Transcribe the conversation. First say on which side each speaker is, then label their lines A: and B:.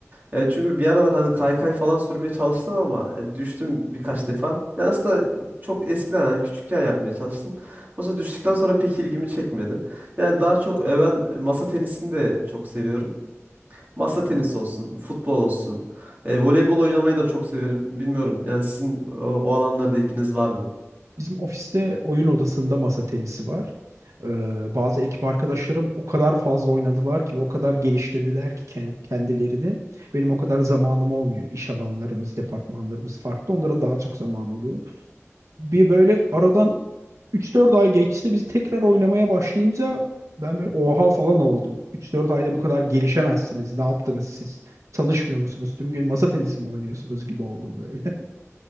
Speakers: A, on the right; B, on the right.
A: E, çünkü bir aralar hani kaykay falan sürmeye çalıştım ama e, düştüm birkaç defa. Yani aslında çok eskiden hani küçükken yapmaya çalıştım. Oysa düştükten sonra pek ilgimi çekmedi. Yani daha çok e, ben masa tenisini de çok seviyorum. Masa tenisi olsun, futbol olsun. E, voleybol oynamayı da çok severim. Bilmiyorum yani sizin o, o alanlarda ilginiz var mı?
B: Bizim ofiste oyun odasında masa tenisi var. Ee, bazı ekip arkadaşlarım o kadar fazla oynadılar ki ve o kadar geliştirdiler ki ken- kendilerini. Benim o kadar zamanım olmuyor. İş alanlarımız, departmanlarımız farklı. Onların daha çok zamanı oluyor. Bir böyle aradan 3-4 ay geçti. Biz tekrar oynamaya başlayınca ben böyle oha falan oldum. 3-4 ayda bu kadar gelişemezsiniz. Ne yaptınız siz? Çalışmıyor musunuz? Tüm gün masa tenisi mi oynuyorsunuz gibi oldum böyle.